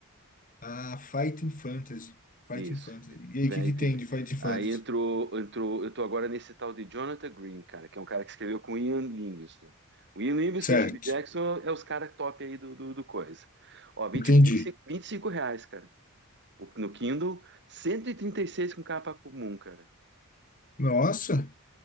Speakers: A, on the left; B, on the right.
A: Ah, Fighting Fantasy. Fighting
B: Isso.
A: Fantasy. E aí,
B: Véi,
A: o que que
B: te-
A: tem de Fighting Fantasy?
B: Aí entrou, entrou. Eu tô agora nesse tal de Jonathan Green, cara, que é um cara que escreveu com Ian Livingstone. O Ian Livingstone
A: Certo,
B: e o Steve Jackson é os caras top aí do, do, do coisa. Ó, vinte,
A: entendi.
B: vinte e cinco vinte e cinco reais, cara. O- No Kindle, cento e e trinta e seis com capa comum, cara.
A: Nossa,